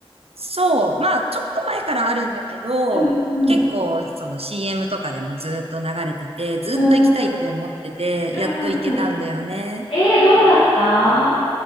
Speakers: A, on the right; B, on the left.
A: そう。まあ、ちょっと前からあるんだけど、
B: うんうんうん。
A: 結構、その CM とかでもずっと流れてて、ずっと行きたいって思ってて、
B: うんうんう
A: やっと行けたんだよね。
B: んうん。えー、どうだった